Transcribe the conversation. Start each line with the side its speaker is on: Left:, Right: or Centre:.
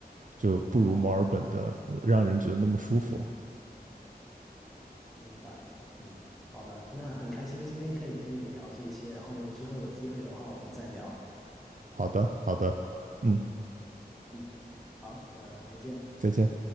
Right: 就不如墨尔本的呃让人觉得那么舒服。
Centre: 明白，嗯。明白，嗯，好的，那很开心今天可以跟你聊这些，然后之后有机会的话我们再聊，
Right: 好的，好的，嗯，
Centre: 嗯，好，那再见。
Right: 再见。